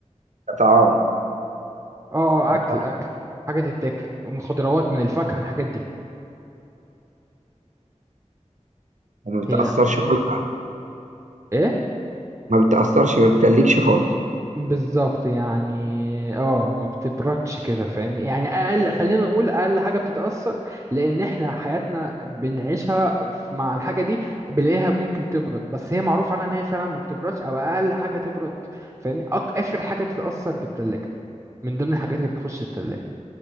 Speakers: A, on the right; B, on the right.
A: طعام
B: اه آه،
A: طعام
B: اكل اكل حاجه تتاكل من خضروات من الفاكهه الحاجات دي
A: وما بتأثرش
B: هي
A: خالص
B: ايه
A: ما بتأثرش ما بتتلجش خالص
B: بالظبط يعني اه ما بتبردش كده فاهمني يعني اقل خلينا نقول اقل حاجه بتتاثر لان احنا حياتنا بنعيشها ف- مع الحاجه دي بنلاقيها ممكن تبرد بس هي معروف عنها ان هي فعلا ما بتبردش او اقل حاجه تبرد فاهمني أك- اخر حاجه تتاثر بالتلاجة من ضمن الحاجات اللي بتخش التلاجة